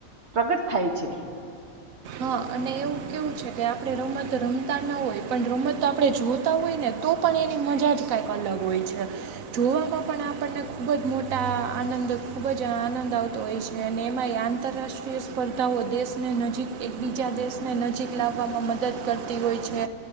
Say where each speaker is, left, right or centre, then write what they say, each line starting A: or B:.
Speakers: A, on the right; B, on the right.
A: પ્રગટ થાય છે
B: હા અને એવું કેવું છે કે આપણે રમત રમતા ન હોય પણ રમત આપણે જોતા હોય ને તો પણ એની મજા જ કાંઈક અલગ હોય છે જોવામાં પણ આપણને ખૂબ જ મોટા આનંદ ખૂબ જ આનંદ આવતો હોય છે અને એમાં એ આંતરરાષ્ટ્રીય સ્પર્ધાઓ દેશને નજીક એક બીજા દેશને નજીક લાવવામાં મદદ કરતી હોય છે